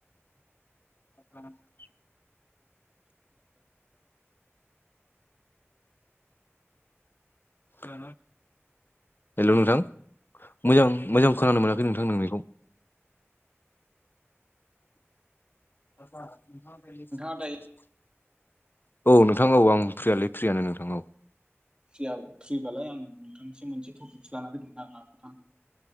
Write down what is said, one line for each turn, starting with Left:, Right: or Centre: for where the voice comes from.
Left: <unintelligible> हेल' नोंथां मोजां-मोजां खोनानो मोनाखै नोंथां नोंनिखौ। <unintelligible>
Right: नोंथाङा दायो
Left: औ नोंथां औ आं फ्रियालाय फ्रियानो नोंथां औ
Right: फ्रि फ्रिबालाय आं नोंथांनिसिम मोनसे टपिक लाना फैदोंमोन आरोना नोंथां